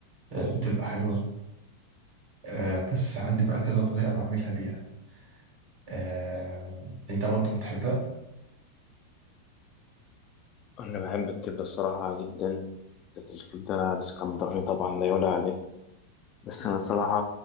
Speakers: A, on the right; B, on the left.
A: آه، بتبقى حلوة آه، بس عندي بقى كذا طريقة بعملها بيها آه، أنت برضو بتحبها؟
B: أنا بحب الكبدة الصراحة جدا بالذات الكبدة الإسكندراني طبعا لا يعلى عليه بس أنا صراحة